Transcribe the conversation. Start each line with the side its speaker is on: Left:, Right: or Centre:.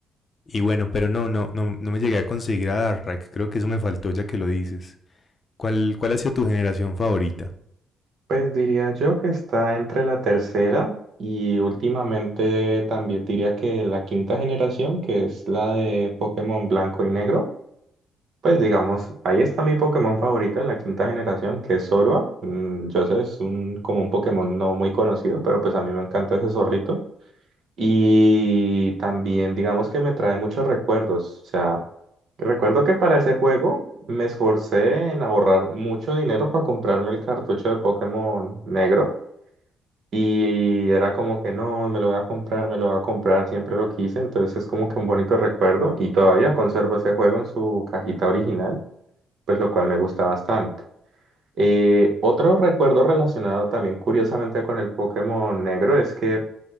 Left: y bueno, pero no, no, no, no me llegué a conseguir a Darkrai. Creo que eso me faltó ya que lo dices. ¿Cuál, cuál ha sido tu generación favorita?
Right: Pues diría yo que está entre la tercera y últimamente también diría que la quinta generación, que es la de Pokémon Blanco y Negro. Pues digamos, ahí está mi Pokémon favorito en la quinta generación, que es Zorua. Mm, Yo sé, es un, como un Pokémon no muy conocido, pero pues a mí me encanta ese zorrito. Y también digamos que me trae muchos recuerdos. O sea, recuerdo que para ese juego me esforcé en ahorrar mucho dinero para comprarme el cartucho de Pokémon negro. Y era como que no, me lo voy a comprar, me lo voy a comprar, siempre lo quise. Entonces es como que un bonito recuerdo. Y todavía conservo ese juego en su cajita original, pues lo cual me gusta bastante. Eh, otro recuerdo relacionado también curiosamente con el Pokémon negro es que